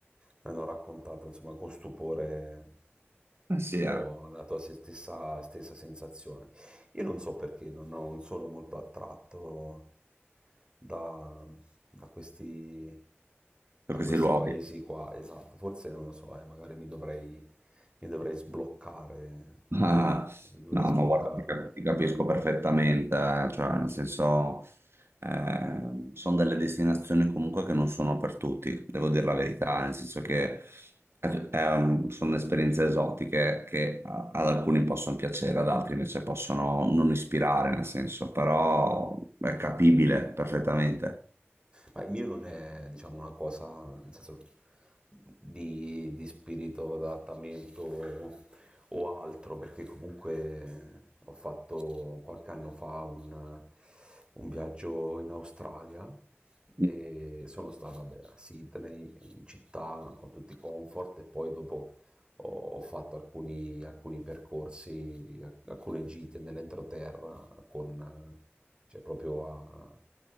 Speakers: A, on the right (about 20°); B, on the right (about 65°).
A: mi hanno raccontato insomma con stupore
B: Eh
A: un
B: sì, eh,
A: po' la tua stessa, stessa sensazione. Io non so perché non, ho- non sono molto attratto da, da questi,
B: per
A: da
B: questi
A: questi
B: luoghi.
A: paesi qua, esatto, forse non lo so, eh, magari mi dovrei, mi dovrei sbloccare,
B: Ah,
A: mi dovrei
B: no,
A: sbloccare.
B: ma guarda, ti cap- ti capisco perfettamente, eh, cioè, nel senso, eh, sono delle destinazioni comunque che non sono per tutti, devo dire la verità, nel senso che eh, è un- sono esperienze esotiche che a- ad alcuni possono piacere, ad altri invece possono non ispirare, nel senso, però è capibile perfettamente.
A: Ma il mio non è, diciamo, una cosa, nel senso, di, di spirito d'adattamento o altro, perché comunque ho fatto qualche anno fa un, un viaggio in Australia e
B: Mm,
A: sono stato vabbè, a Sydney, in città, con tutti i comfort e poi dopo ho, ho fatto alcuni, alcuni percorsi, alcune gite nell'entroterra con, cioè proprio a